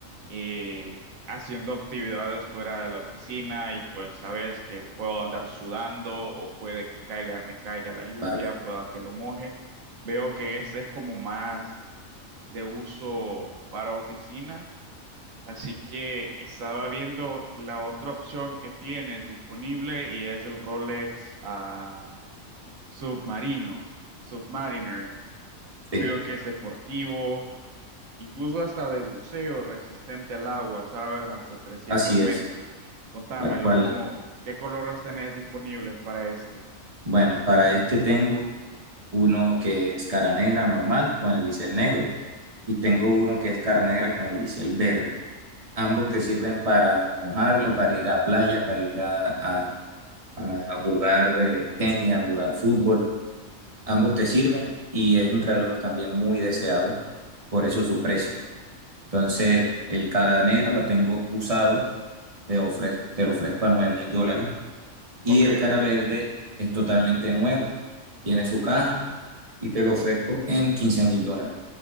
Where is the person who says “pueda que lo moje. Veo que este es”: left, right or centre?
Right